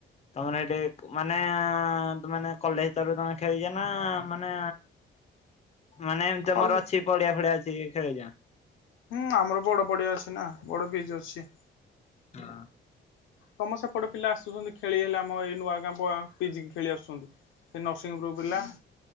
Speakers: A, on the left; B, on the left.
A: ତମର ଏଠି ମାନେ ଆଁ ତମେ ମାନେ କଲେଜ ଭିତର ତମେ ଖେଳିଛ ନା ମାନେ ମାନେ ଏମିତି
B: କଲ୍
A: ତମର ଅଛି ପଡିଆ ଫଡିଆ ଅଛି। କିଏ ଖେଳି ଯାଅ।
B: ହୁଁ ଆମର ବଡ ବଡିଆ ଅଛି ନା ବଡ ସ୍ପିଚ୍ ଅଛି।
A: ହଁ
B: ତମ ସେପଟେ ପିଲା ଆସ କୁହନ୍ତି ଖେଳି ହେଲେ ଆମ ଏଇ ନୂଆଗାଁ ପିଜିକି ଖେଳି ଆସୁଛନ୍ତି। ସେ ନରସିଂପୁର ପିଲା